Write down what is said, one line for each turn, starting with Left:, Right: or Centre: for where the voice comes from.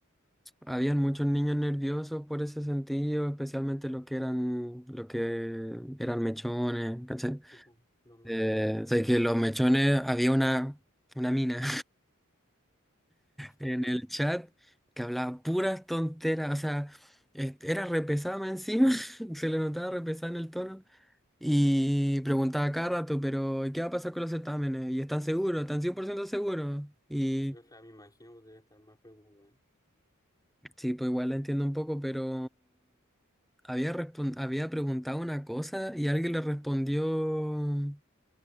Centre: habían muchos niños nerviosos por ese sentido, especialmente los que eran los que eran mechones, ¿cachai?
Left: Tipo, lo más
Centre: Eh,
Left: nuevo.
Centre: o sea, que los mechones había una una mina
Left: <laughs>
Centre: en el chat que hablaba puras tonteras, o sea, este, era repesada más encima, <laughs> se le notaba repesada en el tono. Y preguntaba cada rato, pero ¿y ¿qué va a pasar con los certámenes? ¿Y están seguros? ¿Están 100% seguros? Y
Left: Sí, o sea, me imagino que debe estar más preocupada.
Centre: sí, pues igual la entiendo un poco, pero había, respon- había preguntado una cosa y alguien le respondió,